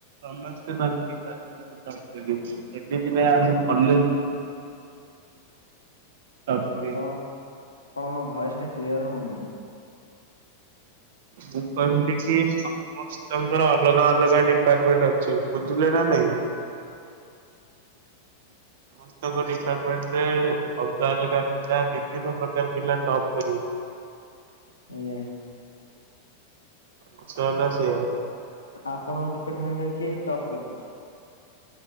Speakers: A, on the right; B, on the left.
A: ସମସ୍ତେ ତାଙ୍କ ଡିପାର୍ମେଣ୍ଟଙ୍କୁ ଯାଉଚନ୍ତି ଏମିତି ନାଇଁ ଆମ କଲେଜ
B: <inaudible>
A: ଟପ୍ କରିବେ।
B: ଆପଣ ଆପଣଙ୍କ ଭଏସ ଟା କ୍ଲିୟର ହଉନି।
A: ମୁଁ କହିଲି କି ସମସ୍ତଙ୍କର ଅଲଗା ଅଲଗା ଡିପାର୍ଟମେଣ୍ଟ ଅଛି ବୁଝିଲେ ନା ନାଇଁ?
B: ହଁ <inaudible>
A: ସମସ୍ତଙ୍କ ଡିପାର୍ଟମେଣ୍ଟରେ ଅଲଗା ଅଲଗା ପିଲା ବିଭିନ୍ନ ପ୍ରକାର ପିଲା ଟପ୍ କରିବେ।
B: ଆଜ୍ଞା।
A: ଜିନିଷ ହେଲା ସେଇଆ।
B: ଆପଣଙ୍କ ଡିପାର୍ଟମେଣ୍ଟରେ କିଏ ଟପ୍ କରିଚି?